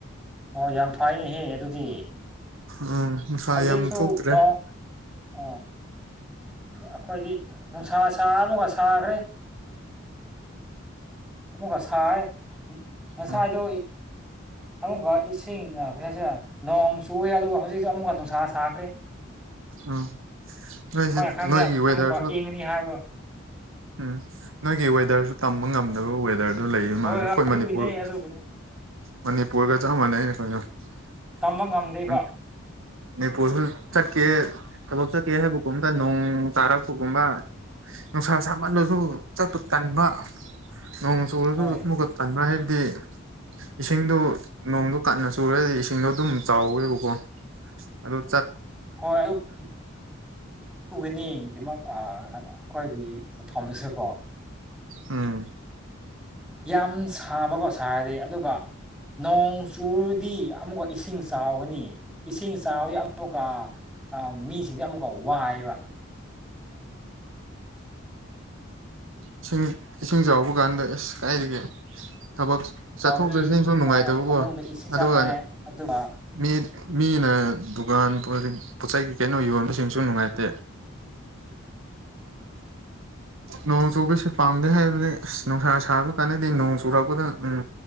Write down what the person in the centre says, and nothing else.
ꯑꯣ ꯌꯥꯝ ꯐꯩꯅꯦꯍꯦ ꯑꯗꯨꯗꯤ
ꯍꯧꯖꯤꯛꯁꯨ
ꯅꯣꯡ ꯑꯣ ꯑꯩꯈꯣꯏꯗꯤ ꯅꯨꯡꯁꯥ ꯁꯥ ꯑꯃꯒ ꯁꯥꯈ꯭ꯔꯦ ꯉꯁꯥꯏ ꯉꯁꯥꯏꯗ
ꯑꯃꯨꯛꯀ ꯏꯁꯤꯡ ꯀ ꯍꯥꯏꯁꯦ ꯅꯣꯡ ꯆꯨꯏꯦ ꯑꯗꯨꯕꯨ ꯍꯧꯖꯤꯛꯇꯛꯇ ꯑꯃꯨꯛꯀ ꯅꯨꯡꯁꯥ ꯁꯥꯈ꯭ꯔꯦ
ꯑꯩꯈꯣꯏꯅ ꯈꯟꯕꯗ
ꯑꯃꯨꯛꯀ ꯏꯪꯒꯅꯤ ꯍꯥꯏꯕ
ꯍꯣꯏ
ꯍꯣꯏ ꯑꯗꯨꯒꯤꯅꯤ
ꯑꯗꯨꯒꯤꯅꯤ
ꯇꯝꯕ ꯉꯝꯗꯦꯕ
ꯍꯣꯏ
ꯍꯣꯏ ꯑꯗꯨꯗꯤ ꯑꯩꯈꯣꯏꯒꯤꯐꯝꯁꯤꯕꯣ
ꯌꯥꯝ ꯁꯥꯕꯀꯣ ꯁꯥꯔꯗꯤ ꯑꯗꯨꯒ ꯅꯣꯡ ꯆꯨꯔꯗꯤ ꯑꯃꯨꯛꯀ ꯏꯁꯤꯡ ꯆꯥꯎꯒꯅꯤ ꯏꯁꯤꯡ ꯆꯥꯎꯗꯤ ꯑꯃꯨꯛꯀ ꯑ ꯃꯤꯁꯤꯡꯁꯦ ꯑꯃꯨꯛꯀꯥꯎ ꯋꯥꯏꯑꯕ
ꯆꯥꯎꯔꯗꯤ
ꯐꯃꯨꯡꯗ ꯏꯁꯤꯡ
ꯆꯪꯉꯦ ꯑꯗꯨꯒ